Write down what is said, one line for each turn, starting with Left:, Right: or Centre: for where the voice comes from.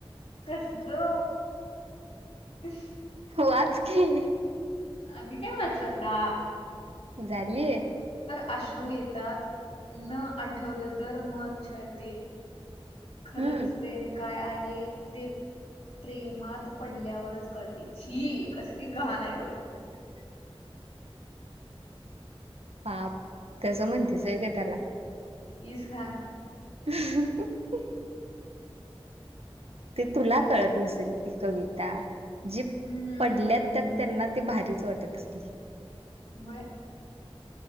Left: कसलो. <inaudible>
Right: वाच की.
Left: आणि काय वाचूआता.
Right: झालीय.
Left: आश्रू येतात न आठवलं तर मन छळते. खरंच
Right: हम्म
Left: प्रेम काय आहे ते प्रेमात पडल्यावरच कळते शी कसली घाणे व.
Right: बाप तस म्हणतेसय व्हय ग त्याला.
Left: इसघान.
Right: ह <inaudible> ते तुला कळत नसेल. ती कविता जी
Left: हम्म
Right: पडल्या त्या त्यांना ती भारीच वाटत असले.
Left: व्हय.